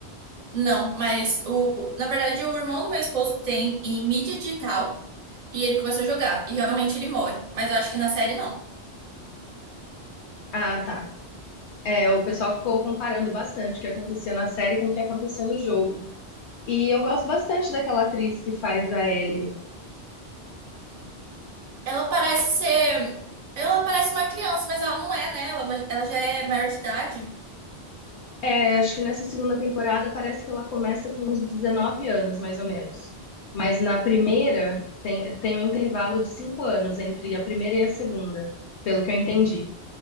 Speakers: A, on the right; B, on the left.
A: não, mas o, na verdade o irmão do meu esposo tem em mídia digital e ele começou a jogar. E realmente ele morre. Mas eu acho que na série não.
B: Ah, tá. É, o pessoal ficou comparando bastante o que acontecia na série com o que acontecia no jogo. E eu gosto bastante daquela atriz que faz a Ellie.
A: Ela parece ser. Ela parece uma criança, mas ela não é, né? Ela, ela já é maior de idade.
B: É, acho que nessa segunda temporada parece que ela começa com uns 19 anos, mais ou menos. Mas na primeira tem, tem um intervalo de 5 anos entre a primeira e a segunda, pelo que eu entendi.